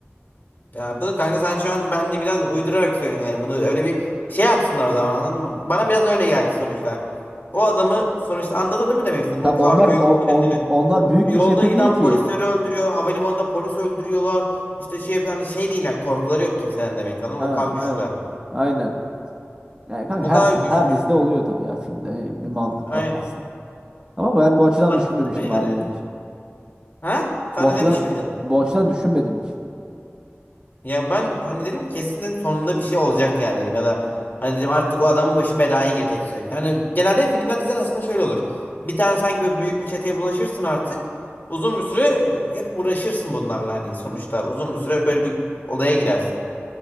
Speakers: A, on the left (about 45°); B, on the right (about 20°).
A: ya bunu kanka sen şu an bence biraz uydurarak söylüyorsun yani bunu öyle bir şey yapsınlar o zaman anladın mı? Bana biraz öyle geldi sonuçta. O adamı sonuçta anladın değil mi demek istedim?
B: Tam
A: O kadar
B: onlar
A: büyük
B: o- on, onlar büyük
A: Yolda
B: bir çete
A: giden
B: değil ki.
A: polisleri öldürüyor. Havalimanında polis öldürüyorlar. İşte şey hani şey değiller. Korkuları yok kimsenin demek. Anladın
B: Ha,
A: mı? O kadar
B: aynen.
A: güçlüler.
B: Aynen. Yani
A: Bu
B: kanka her
A: kadar güçlü.
B: her dizide oluyor tabii ya filmde bir mantık katması.
A: Yani,
B: Ama ben bu açıdan
A: anladın
B: düşünmemiştim
A: mı
B: harbiden
A: yani?
B: hiç.
A: Ha? Sen
B: Bu açıdan
A: de demiş miydin?
B: bu açıdan düşünmedim hiç.
A: Ya ben hani dedim kesin dedim sonunda bir şey olacak yani dedim ya da hani dedim artık o adamın başı belaya girecek sürekli. Hani genelde filmler diziler aslında şöyle olur. Bir tane sanki böyle büyük bir çeteye bulaşırsın artık. Uzun bir süre hep uğraşırsın bunlarla hani sonuçta uzun bir süre böyle bir olaya girersin.